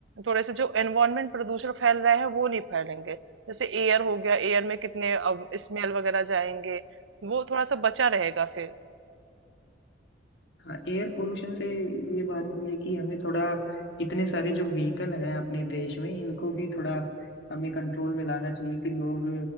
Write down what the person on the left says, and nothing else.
हाँ एयर पोल्यूशन से ये बात भी है कि हमें थोड़ा इतने सारे जो व्हीकल हैं अपने देश में इनको भी थोड़ा हमें कंट्रोल में लाना चाहिए कि लोग